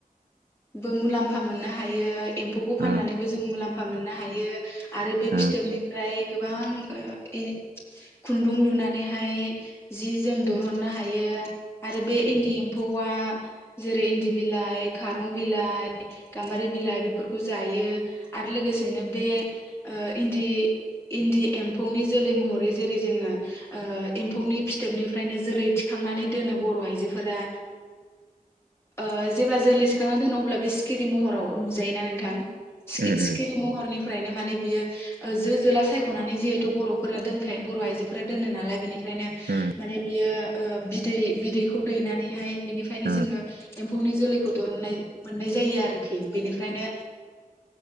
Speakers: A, on the left; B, on the right.
A: बो मुलाम्फा मोननो हायो। एम्फौखौ फाननानै
B: उम
A: बो जों मुलाम फा मोननो हायो। आरो बे
B: उम
A: फिथोबनिफ्राय गोबां ओ ए खुन्दुं लुनानैहाय जि जोम दुरुननो हायो। आरो बे इन्दि एम्फौआ जेरै इन्दि बिलाइ खारं बिलाइ, गाम्बारि बिलाइ बेफोरखौ जायो आरो लोगोसेनो बे ओ इन्दि-इन्दि एम्फौनि जोलै महरै जेरै जोङो ओ एम्फौनि फिथोबनिफ्रायनो जोलै थिखांनानै दोनो बर' आइजोफोरा ओ ज जेब्ला जोलै थांङा दोनो अब्ला बे सिखिरि महराव नुजायोना नोंथां? सिखि-सिखिरि
B: उम
A: महरनिफ्रायनो माने बियो ओ जो जोला सायखनानै जिहेथु बर' फोरा दोनखायो बर' आइजोफोरा दोनो नालाय बिनि फ्रायनो
B: उम
A: माने बियो ओ बिदै-बिदैखौ दैनानैहाय बिनिफ्रायनो
B: उम उम
A: जोङो एम्फौनि जोलैखौ दरनाय मोननाय जायो आरोखि बेनिफ्रायनो